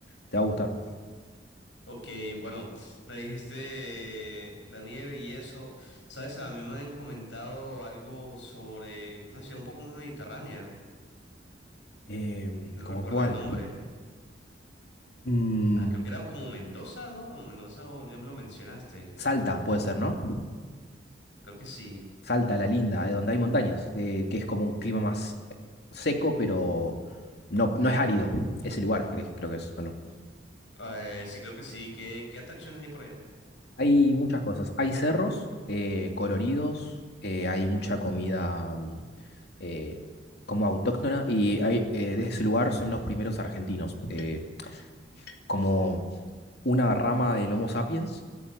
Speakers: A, on the left; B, on the left.
A: Te va a gustar.
B: Ok, bueno, me dijiste la nieve y eso. Sabes, a mí me han comentado algo sobre una ciudad un poco más mediterránea.
A: Em,
B: No
A: ¿cómo
B: recuerdo
A: cuál?
B: el nombre.
A: Mm,
B: Ah, creo que era como Mendoza, ¿no? No, Mendoza, o ya me lo mencionaste.
A: Salta puede ser, ¿no?
B: Creo que sí.
A: Salta, la linda, eh, donde hay montañas. eh, que es como un clima más seco, pero no, no es árido. Ese lugar, cre- creo que es, ¿o no?
B: Eh, sí, creo que sí. ¿Qué, qué atracciones hay por allá?
A: Hay muchas cosas. Hay cerros eh, coloridos, eh, hay mucha comida mm, eh, como autóctona y hay, eh, de ese lugar son los primeros argentinos, eh, como una rama del Homo sapiens